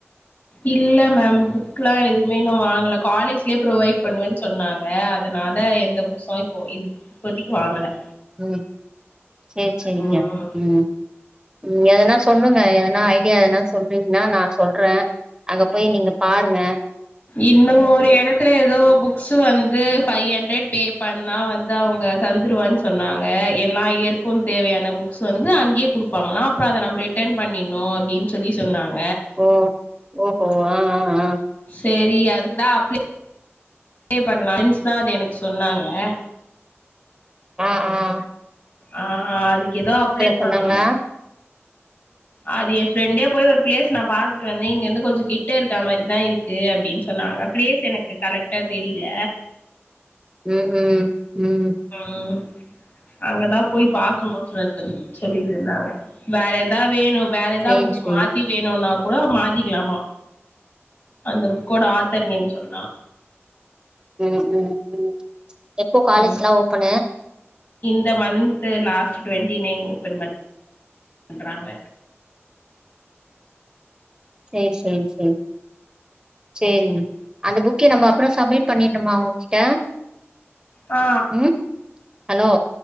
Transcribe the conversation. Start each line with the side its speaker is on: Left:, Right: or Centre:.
Left: இல்ல மேம் புக்குல்லா எதுவுமே நா வாங்குல காலேஜ்லே ப்ரொவைட் பண்ணுவேன் சொன்னாங்க அதனால எந்த புக்ஸ் வாயிங் போ இது இப்போத்திக்கு வாங்குனே
Right: உம் சேர் சேரிங்க
Left: ம்
Right: உம் ம் எதுனா சொல்லுங்க எதுனா ஐடியா எனா சொன்னீங்கன்னா நா சொல்றே அங்க போய் நீங்க பாத் <unintelligible>
Left: இன்னு ஒரு எடத்துல எதோ புக்ஸ்சு வந்து பைய் ஹண்ட்ரட் பே பண்ணா வந்து அவுங்க தந்துருவேன் சொன்னாங்க எல்லா இயருக்கு தேவையான புக்ஸ்சு வந்து அங்கியே குடுப்பாங்குளா அப்புறோ அத நம்ம ரிட்டர்ன் பண்ணிருணும் அப்டின் சொல்லி சொன்னாங்
Right: ஓ ஒ ஓ அஹ் ஆஹ் ஆஹ்
Left: சேரி அதுக்குதா அப்லே அதே பண்ணலான் ப்ரெண்ஸ்சு தா அதை எனக் சொன்னாங்க
Right: ஆஹ் ஆஹ்
Left: ஆஹ்ஹ அதுக் எதா அப்ளை பண்ணணும்
Right: சொன்னாங்களா
Left: அது எ ப்ரெண்டே போய் ஒரு பிளேஸ் நா பாத்துட்டு வந்தேன் இங்க இருந்து கொஞ்சு கிட்ட இருக்கா மாரிதா இருக்கு அப்டின் சொன்னாங்க பிளேஸ் எனக்கு கலேக்ட்டா தெரியில
Right: உம் ம் உம்
Left: ம் அங்கதா போய் பாக்கணுன்னு சொல்லிட் சொல்லிட்டு இருந்தாங்க வேற எதாவுது வேணும் வேற எதா
Right: சேரி
Left: புக்ஸ்
Right: சேரி
Left: மாத்தி வேணுன்னாத கூட மாத்திக்குலாம அந்த புக் கூட ஆத்தர் நேம் சொன்னா
Right: உம் உம் உம் எப்போ காலேஜ்லா
Left: ம்
Right: ஓப்பனு
Left: இந்த மந்த்து லாஸ்ட்டு டொட்ண்டிநைன் ஓபன் பண் பண்றாங்க
Right: சேர் சேர் சேர் சேரிங் அந்த புக்கே நம்ம அப்புறம் சப்மிட் பண்ணிருணமா உங்குகிட்ட
Left: ஆ
Right: உம் ஹலோ